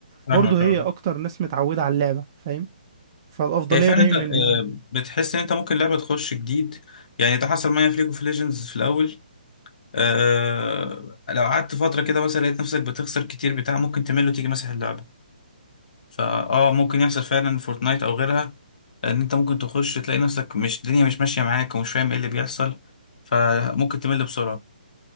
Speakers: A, on the left; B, on the right.
A: فاهمك
B: برضه هي
A: اه
B: أكتر ناس متعودة على اللعبة فاهم فالأفضلية
A: هي فعلا
B: دايما
A: انت آه،
B: ليهم
A: بتحس ان انت ممكن لعبة تخش جديد يعني ده حصل معايا في ليج اوف ليجندز في الاول آه لو قعدت فترة كده مثلا لقيت نفسك بتخسر كتير بتاع ممكن تمل وتيجي مسح اللعبة فاه ممكن يحصل فعلا فورتنايت او غيرها ان انت ممكن تخش تلاقي نفسك مش الدنيا مش ماشيه معاك ومش فاهم ايه اللي بيحصل فممكن تمل بسرعه